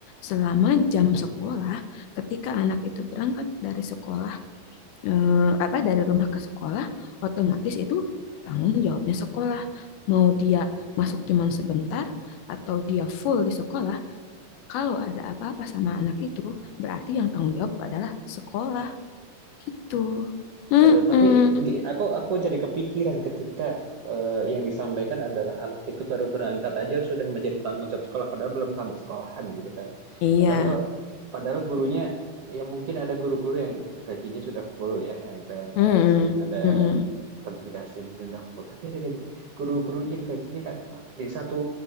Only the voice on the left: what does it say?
selama jam sekolah, ketika anak itu berangkat dari sekolah eh, apa dari rumah ke sekolah otomatis itu tanggung jawabnya sekolah mau dia masuk cuman sebentar atau dia full di sekolah kalau ada apa-apa sama anak itu berarti yang tanggung jawab adalah sekolah gitu Mm-mm.
iya
Mm-mm.
Mm-mm.